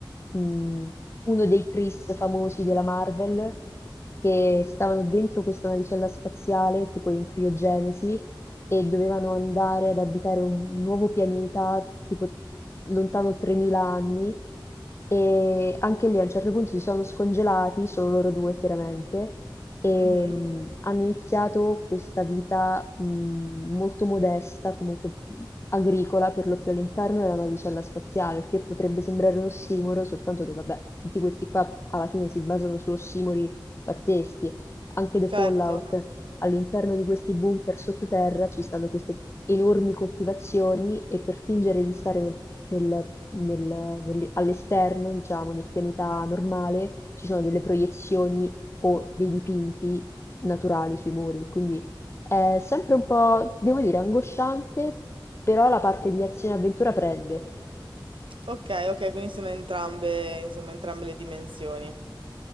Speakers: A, on the left; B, on the right.
A: mh, uno dei Chris famosi della Marvel che stavano dentro questa navicella spaziale, tipo in criogenesi e dovevano andare ad abitare un nuovo pianeta, tipo lontano 3000 anni, e anche lì a un certo punto si sono scongelati, solo loro due chiaramente, e
B: Mhm,
A: mm, hanno iniziato questa vita mm, molto modesta, comunque agricola, per lo più all'interno della navicella spaziale, che potrebbe sembrare un ossimoro, soltanto che vabbè, tutti questi qua alla fine si basano su ossimori pazzeschi, anche The
B: Certo.
A: Fallout All'interno di questi bunker sottoterra ci stanno queste enormi coltivazioni e per fingere di stare nel- nel- nel- nel- all'esterno, diciamo, nel pianeta normale, ci sono delle proiezioni o dei dipinti naturali sui muri. Quindi è sempre un po', devo dire, angosciante, però la parte di azione e avventura prende.
B: Ok, ok, quindi sono entrambe, insomma, entrambe le dimensioni.